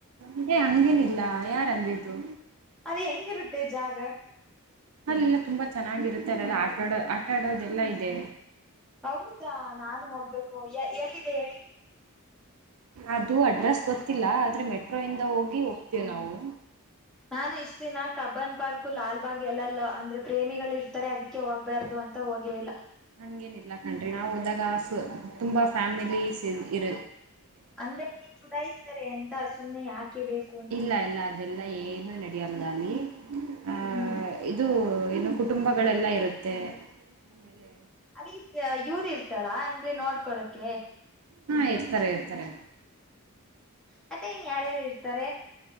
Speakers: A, on the right; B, in the centre.
A: ಇದೆ ಹಂಗೇನಿಲ್ಲ ಯಾರಂದಿದ್ದು.
B: ಅದು ಹೆಂಗಿರುತ್ತೆ ಜಾಗ.
A: ಅಲ್ಲೆಲ್ಲಾ ತುಂಬಾ ಚೆನ್ನಾಗಿರುತ್ತೆ ಅಲ್ಲೆಲ್ಲ ಆಟಾಡ ಆಟ ಆಡೋದೆಲ್ಲಾ ಇದೆ.
B: ಹೌದಾ ನಾನು ಹೋಗ್ಬೇಕು ಎ ಎಲ್ಲಿದೆ ಹೇಳಿ.
A: ಅದು ಅಡ್ರೆಸ್ ಗೊತ್ತಿಲ್ಲ ಆದ್ರೆ ಮೆಟ್ರೋ ಇಂದ ಹೋಗಿ ಹೋಗ್ತೀವ್ ನಾವು.
B: ನಾನು ಇಷ್ಟ್ ದಿನ ಕಬ್ಬನ್ ಪಾರ್ಕು ಲಾಲ್ಬಾಗ್ ಎಲ್ಲಲ್ಲ ಅಂದ್ರೆ ಪ್ರೇಮಿಗಳು ಇರ್ತಾರೆ ಅದಕ್ಕೆ ಹೋಗ್ಬಾರ್ದು ಅಂ ತ ಹೋಗಿಲ್ಲ.
A: ಹಂಗೇನ್ ಇಲ್ಲ ಕಣ್ರಿ ನಾವ್ ಹೋದಾಗ ತುಂಬಾ ಫ್ಯಾಮಿಲಿಸ್ ಇರ
B: ಅಂದಕ್ಕೆ ಚುಡಾಯಿಸ್ತಾರೆ ಅಂತ ಸುಮ್ನೆ ಯಾಕೆ ಬೇಕ್
A: ಇಲ್ಲ ಇಲ್ಲ ಅದೆಲ್ಲಾ ಏನು ನಡೆಯಲ್ಲ ಅಲ್ಲಿ. ಆ
B: ಹ್ಮ್.
A: ಇದು ಏನು ಕುಟುಂಬಗಳೆಲ್ಲ ಇರುತ್ತೆ. ಆಮೇಲೆ
B: ಅಲ್ಲಿ ಇವರ್ ಇರ್ತಾರಾ ಅಂದ್ರೆ ನೋಡ್ಕೊಳಕೆ.
A: ಹಾ ಇರ್ತಾರೆ ಇರ್ತಾರೆ.
B: ಮತ್ತೆ ಇನ್ ಯಾರ್ಯಾರ್ ಇರ್ತಾರೆ.